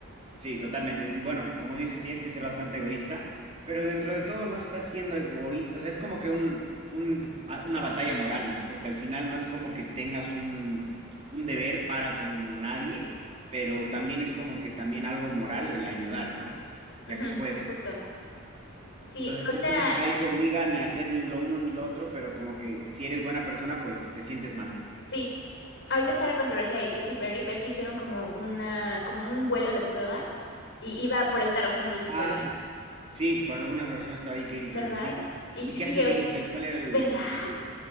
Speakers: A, on the right (about 30°); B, on the left (about 60°).
A: Sí, totalmente. Y bueno, como dices, tienes que ser bastante egoísta, pero dentro de todo no estás siendo egoísta. O sea, es como que un, un- ba- una batalla moral, ¿no? Porque al final no es como que tengas un, un deber para con nadie, pero también es como que también algo moral el ayudar, ¿no? Ya
B: Ujú,
A: que puedes.
B: justo. Sí,
A: Entonces
B: ahorita,
A: es como que nadie te obliga ni a hacer ni lo uno ni lo otro, pero como que si eres buena persona, pues te sientes mal.
B: sí, ahorita está la controversia de Katy Perry, ves que hicieron como una, como un vuelo de prueba y iba por alguna razón Katy
A: Ah,
B: Perry,
A: Sí, por alguna razón estaba ahí Katy
B: ¿verdad?
A: Perry, sí.
B: Y
A: ¿Y
B: que
A: qué
B: sí
A: hacía
B: que,
A: ahí?
B: os-
A: O sea, ¿y ¿cuál era
B: ¿verdad?
A: el objetivo?